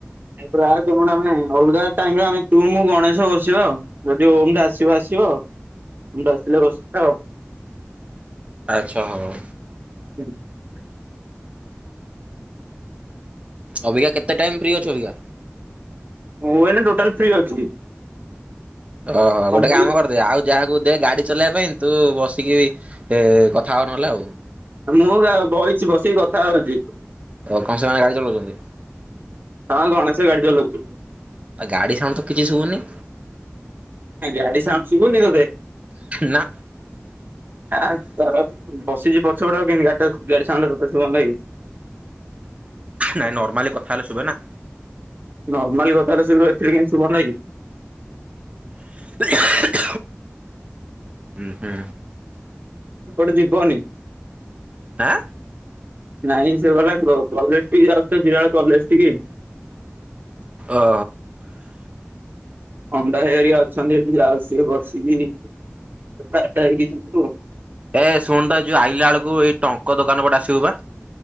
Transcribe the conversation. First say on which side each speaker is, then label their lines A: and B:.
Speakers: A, on the right (about 45°); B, on the right (about 30°).
A: <unintelligible> ଆମେ ଅଲଗା ଟାଇମ୍ ରେ ତୁ ମୁଁ ଗଣେଶ ବସିବା ଆଉ ଯଦି ଓମ୍ ଟା ଆସିବ ଆସିବ ଓମ୍ ଟା ଆସିଲେ ବସିବା ଆଉ।
B: ଆଚ୍ଛା ହଉ।
A: <inaudible>
B: ଅବିକା କେତେ ଟାଇମ ଫ୍ରି ଅଛି ଅବିକା?
A: ମୁଁ ଏନା ଟୋଟାଲ୍ ଫ୍ରି ଅଛି।
B: ଓହୋ
A: କମ୍ପ୍ଲିଟ
B: ଗୋଟେ କାମ କରିଦେ ଆଉ ଯାହାକୁ ଦେ ଗାଡି ଚଲେଇବା ପାଇଁ ତୁ ବସିକି ଏ କଥା ହ ନହେଲେ ଆଉ
A: ମୁଁ ବଇଚି ବସିକି କଥା ହଉଚି।
B: ଓ କଣ ସେମାନେ ଗାଡି ଚଲଉଛନ୍ତି?
A: ହଁ ଗଣେଶ ଗାଡି ଚଲଉଛି।
B: ଗାଡି ସାଉଣ୍ଡ ତ କିଛି ଶୁଭୁନି
A: ଗାଡି ସାଉଣ୍ଡ ଶୁଭୁନି ତତେ?
B: ନା
A: ଆଁ ତ ବସିଯିବ ଛୋଟ କେ କାଟ ଗାଡି ସାଉଣ୍ଡ ଟା ତତେ ଶୁଭନ୍ତାକି
B: ନାଇଁ ନର୍ମାଲି କଥା ହେଲେ ଶୁଭେ ନା
A: ନର୍ମଲ୍ କଥାଟା ଏଇଥିରେ କେମିତି ସୁଭାନ୍ତ କି
B: <unintelligible> ହୁଁ ହୁଁ
A: କୁଆଡେ ଯିବନି
B: ଆଁ
A: ନାଇଁ ସେ ଗଲା କଲେଜ ଟ ଯାଉଛଡ କଲେଜ ଠିକୀ
B: ଓ
A: ଅଣ୍ଡା ହାଇ ହେରିକା ଅଛନ୍ତି ଏଠୁ ଯାଉସ ବସିକି କଥାହେଇକି ଯିବୁ।
B: ଏ ଶୁଣନ୍ତ ତ ଏଇ ଯୋଉ ଆଇଲା ବେଳକୁ ଏଇ ଟଙ୍କ ଦୋକାନ ପଟେ ଆସିବୁ ବା